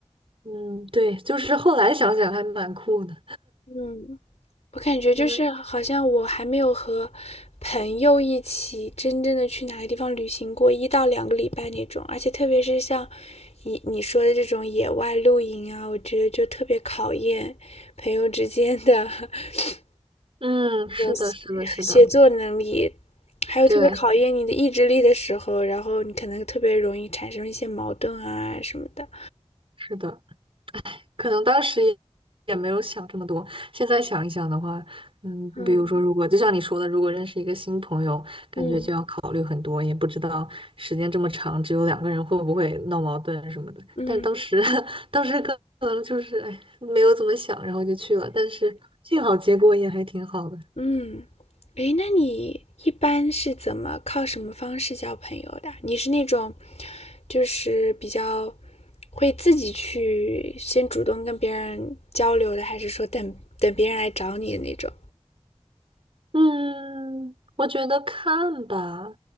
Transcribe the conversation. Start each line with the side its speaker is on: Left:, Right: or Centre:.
Right: 嗯，对，就是后来想想还蛮酷的，
Left: 嗯，我感觉就是好像我还没有和
Right: 因为
Left: 朋友一起真正的去哪个地方旅行过一到两个礼拜那种，而且特别是像你你说的这种野外露营啊，我觉得就特别考验朋友之间的 <laughs>
Right: 嗯，是的，
Left: 这种协协作能力，
Right: 是的，是的，
Left: 还有特别考验你的意志力的时候，
Right: 对，
Left: 然后你可能特别容易产生一些矛盾啊什么的。
Right: 是的。可能当时也也没有想这么多，现在想一想的话，嗯，
Left: 嗯
Right: 比如说，如果就像你说的，如果认识一个新朋友，感觉就要考虑很多，
Left: 嗯嗯。
Right: 也不知道时间这么长，只有两个人会不会闹矛盾什么的。
Left: 嗯。
Right: 但当时，<laughs> 当时可能就是哎，没有怎么想，然后就去了，但是幸好结果也还挺好的。
Left: 嗯，诶，那你一般是怎么靠什么方式交朋友的？你是那种，就是比较会自己去先主动跟别人交流的，还是说等等别人来找你的那种？
Right: 嗯，我觉得看吧，